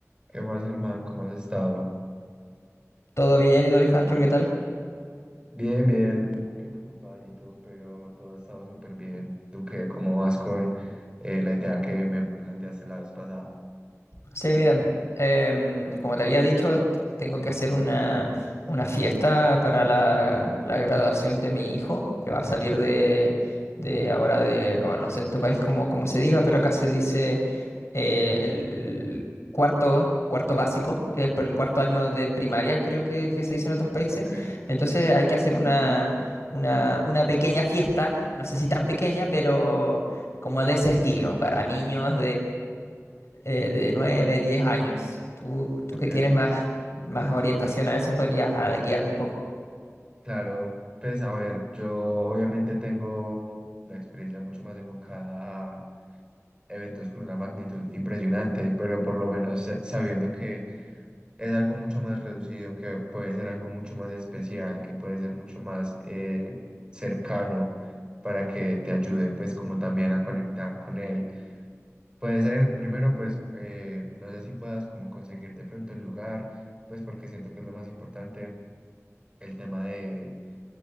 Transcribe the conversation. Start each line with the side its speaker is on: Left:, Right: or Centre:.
Right: ¿Qué más, hermano? ¿Cómo has estado?
Left: ¿Todo bien? ¿Y tú, Alejandro, qué tal?
Right: Bien, bien, un poquito ocupadito, pero todo ha estado súper bien. ¿Tú qué? ¿Cómo vas con eh, la idea que me planteaste la vez pasada?
Left: Sí, mira, em, como te había dicho, t- tengo que hacer una, una fiesta para la, la graduación de mi hijo, que va a salir de, de ahora de, no, no sé en tu país cómo, cómo se diga, pero acá se dice eh, el, el cuarto, cuarto básico, que es el, el cuarto año de primaria, creo que, que se dice en otros países.
Right: Ok,
Left: Entonces hay que hacer una, una, una pequeña fiesta, no sé si tan pequeña, pero como de ese estilo, para niños eh, de 9 10 años. Tú, tú
Right: ok,
Left: que tienes más, más orientación a eso, podrías ah, guiarme un poco.
Right: claro. Pues a ver, yo obviamente tengo la experiencia mucho más enfocada a eventos con una magnitud impresionante, pero por lo menos sa- sabiendo que es algo mucho más reducido, que puede ser algo mucho más especial, que puede ser mucho más eh, cercano para que te ayude pues como también a conectar con él. Puede ser, primero pues, eh, no sé si puedas como conseguir de pronto el lugar, pues porque siento que es lo más importante, el tema de